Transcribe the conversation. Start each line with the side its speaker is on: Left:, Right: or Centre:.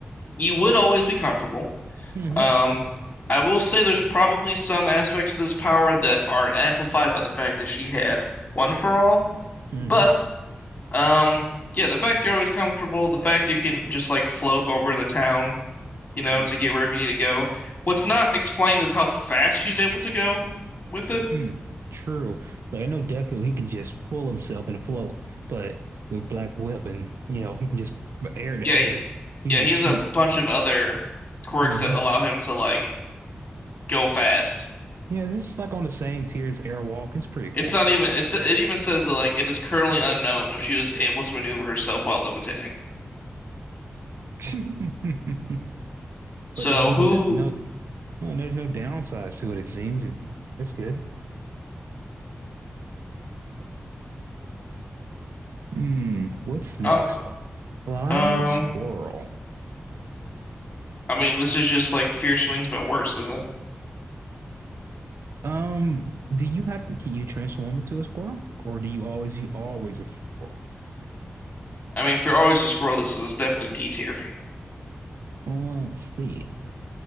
Left: You would always be comfortable.
Right: Mm-hmm.
Left: Um, I will say there's probably some aspects of this power that are amplified by the fact that she had One for All.
Right: Mm-hmm.
Left: But um, yeah, the fact you're always comfortable, the fact you can just like float over the town, you know,
Right: Mm-hmm.
Left: to get wherever you need to go. What's not explained is how fast she's able to go with it.
Right: Mm, True. Like I know Deku, he can just pull himself and float, but with Black Whip and you know, he can just air to
Left: Yeah,
Right: air,
Left: he,
Right: you
Left: yeah,
Right: just
Left: he has
Right: shoot.
Left: a bunch of other quirks
Right: Mm-hmm.
Left: that allow him to like go fast.
Right: Yeah, this is like on the same tier as Airwalk. It's pretty cool.
Left: It's not even it's it even says that like it is currently unknown if she was able to maneuver herself while levitating.
Right: <laughs>
Left: So
Right: But there's no
Left: who?
Right: da- no, no, there's no downsides to it. It seems It- that's good. Hmm, what's next?
Left: Oh,
Right: Flying
Left: um,
Right: squirrel.
Left: I mean, this is just like Fierce Wings, but worse, isn't it?
Right: Um, do you have to? Can you transform into a squirrel, or do you always you always a squirrel?
Left: I mean, if you're always a squirrel, this is definitely D tier.
Right: Well, let's see.